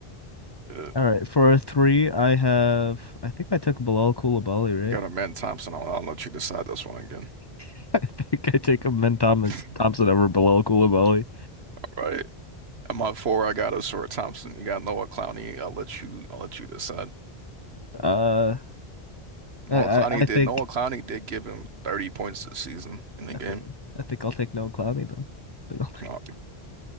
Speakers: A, on the right; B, on the left.
A: Yeah.
B: All right, for a three, I have. I think I took Bilal Coulibaly, right?
A: You got a man Thompson. I'll, I'll let you decide this one again.
B: <laughs> I think I take him, then Thomas
A: <laughs>
B: Thompson over Bilal Coulibaly.
A: All right. At my four, I got Osura Thompson. You got Noah Clowney. I'll let you. I'll let you decide.
B: Uh, I
A: Noah Clowney
B: I I
A: did.
B: think
A: Noah Clowney did give him 30 points this season in the
B: I
A: game.
B: think I think I'll take Noah Clowney then. I think
A: You know,